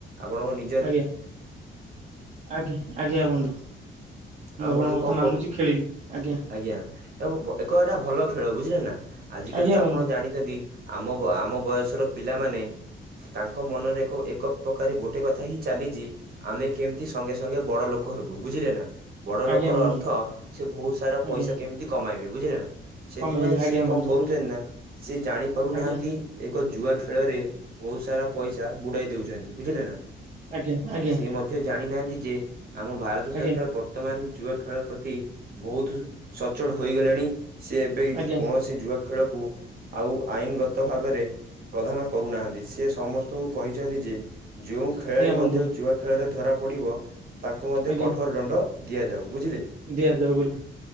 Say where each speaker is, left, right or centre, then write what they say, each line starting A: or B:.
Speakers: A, on the right; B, on the right.
A: ଆପଣଙ୍କ ନି
B: ଆଜ୍ଞା ଆଜ୍ଞା ଆଜ୍ଞା ବନ୍ଧୁ। ମୁଁ
A: ଆଉ
B: ଆପଣଙ୍କ
A: ବନ୍ଧୁ
B: କଥା
A: କଣ କରୁ
B: ମାନୁଛି ଖେଳିବି ଆଜ୍ଞା।
A: ଆଜ୍ଞା ତ ଓ ଏକ ଏଟା ଭଲ ଖେଳ ବୁଝିଲେ ନା ଆଜି
B: ଆଜ୍ଞା
A: କାଲି ତ ଆପଣ
B: ବନ୍ଧୁ
A: ଜାଣିଛନ୍ତି ଆମ ଆମ ବୟସର ପିଲାମାନେ ତାଙ୍କ ମନରେ ଏକ ଏକ ପ୍ରକାର ଗୋଟେ କଥା ହିଁ ଚାଲିଛି ଆମେ କେମତି ସଙ୍ଗେ ସଙ୍ଗେ ବଡ ଲୋକ ହେବୁ ବୁଝିଲେ ନା। ବଡ ଲୋକର
B: ଆଜ୍ଞା ବନ୍ଧୁ
A: ଅର୍ଥ ସେ ବହୁତ ସାରା
B: ଆଜ୍ଞା
A: ପଇସା କେମିତି କମାଇବେ ବୁଝିଲେ ନା। ସେଥିପାଇଁ
B: କମେଇବେ ଆଜ୍ଞା
A: ସେ କଣ
B: ବନ୍ଧୁ
A: କରୁଛନ୍ତି ନା ସେ ଜାଣି ପାରୁନାହାନ୍ତି
B: ଆଜ୍ଞା
A: ଏକ ଜୁଆ ଖେଳରେ ବହୁତ ସାରା ପଇସା ବୁଡାଇ ଦଉଛନ୍ତି ବୁଝିଲେ ନା।
B: ଆଜ୍ଞା ଆଜ୍ଞା
A: ସେ ମଧ୍ୟ ଜାଣିନାହାନ୍ତି ଯେ ଆମ ଭାରତ ସରକାର
B: ଆଜ୍ଞା
A: ବର ର୍ତ୍ତମାନ ଜୁଆ ଖେଳ ପ୍ରତି ବହୁତ ସଚ୍ଚୋଟ ହୋଇଗଲେଣି। ସିଏ ଏବେ
B: ଆଜ୍ଞା
A: କୌଣସି ଜୁଆ ଖେଳକୁ ଆଉ ଆଇନ ଗତ ଭାବରେ ପ୍ରଦାନ କରୁନାହାନ୍ତି ସେ ସମସ୍ତଙ୍କୁ କହିଛନ୍ତି ଯେ ଯୋଉ ଖେଳାଳି
B: ଆଜ୍ଞା ବନ୍ଧୁ
A: ମଧ୍ୟ ଜୁଆ ଖେଳରେ ଧରା ପଡିବ ତାଙ୍କୁ ମଧ୍ୟ
B: ଆଜ୍ଞା
A: କଠୋର ଦଣ୍ଡ ଦିଆଯାଉ ବୁଝିଲେ।
B: ଦିଆଯାଉ ବୋଲି।